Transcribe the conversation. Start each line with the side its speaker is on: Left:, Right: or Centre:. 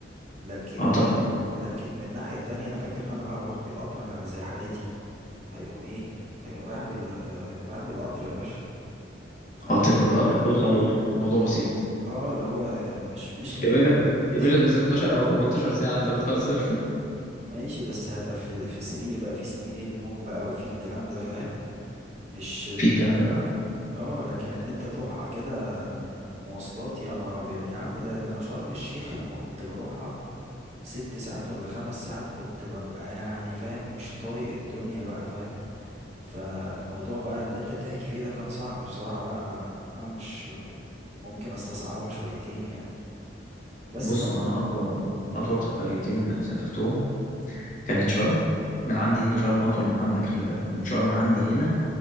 Right: لكن
Left: اه طبعا
Right: آه، لكن من ناحية تانية انا فاكر ان انا بقى هروح بالقطر انا اللي زي حالاتي هيقوم ايه هيقوم رايح بال آه، هيقوم رايح بالقطر يا باشا هروح
Left: اه تركب
Right: بال
Left: القطر توصل الأقصر الموضوع بسيط
Right: اه اللي هو مش مش
Left: يا باشا ده يا
Right: <laughs>
Left: باشا ده 16 او 18 ساعة انت بتهزر
Right: ماشي بس هبقى في في سرير بقى في سرير النوم بقى وفي الكلام ده فاهم مش اه
Left: في الكلام ده فعلا
Right: آه، لكن ان انت تروحها كده مواصلات يا نهار ابيض يا عم ده ده انا شرم الشيخ لما كنت بروحها ست ساعات ولا خمس ساعات كنت ببقى يعني فاهم مش طايق الدنيا بقى فاهم فموضوع بقى اللي انت بتحكي فيه ده كان صعب بصراحة لا لا لا انا مش ممكن استصعبها شويتين يعني بس
Left: بص
Right: لو انت
Left: هو أنا أطول
Right: مم.
Left: أطول سفريتين سافرتهم كانت شرم من عندي هنا شرم أطول من عندك خلي بالك من شرم عندي هنا